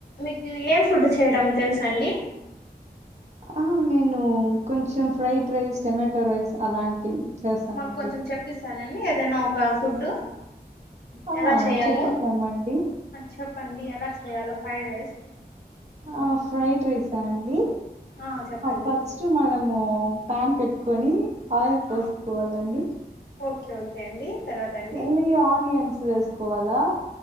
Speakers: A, on the left (about 75°); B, on the right (about 40°).
A: మీకు ఏం ఫుడ్ చేయడం తెలుస అండి
B: ఆ నేను కొంచెం ఫ్రైడ్ రైస్ టొమాటో రైస్ అలాంటివి చేస్తామండి
A: మాకు కొంచెం చెప్పస్తారండి ఎ దనా ఒక ఫుడ్
B: ఆ
A: ఎలా చేయాలో
B: చేపిస్తామండి
A: చెప్పండి ఎలా చెయ్యాలో ఫైడ్ రైస్
B: ఆ ఫ్రైడ్ రైసా అండి
A: ఆ చెప్పండి
B: ఫస్ట్ మనము ప్యాన్ పెట్టుకొని ఆయిల్ పోసుకోవాలండి
A: ఆ ఓకే ఓకే అండి తర్వాత అండి
B: మళ్ళీ ఆనియన్స్ వేసుకోవాలా